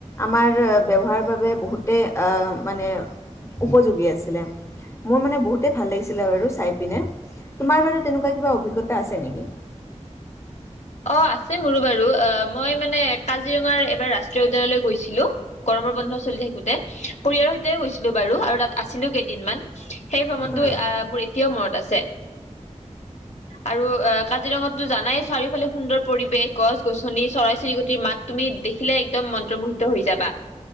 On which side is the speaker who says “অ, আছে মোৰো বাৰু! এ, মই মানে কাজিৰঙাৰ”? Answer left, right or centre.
Left